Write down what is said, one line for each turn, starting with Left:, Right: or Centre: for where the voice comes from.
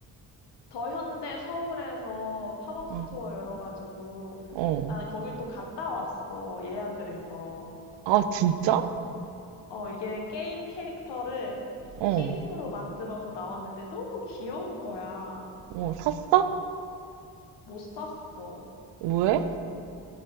Left: 더 현대 서울에서 팝업 스토어
Right: 어,
Left: 열어가지고
Right: 어.
Left: 나는 거길 또 갔다 왔어. 예약을 해서.
Right: 아, 진짜?
Left: 어, 이게 게임 캐릭터를
Right: 어,
Left: 키링으로 만들어서 나왔는데 너무 귀여운 거야.
Right: 어, 샀어?
Left: 못 샀어.
Right: 왜?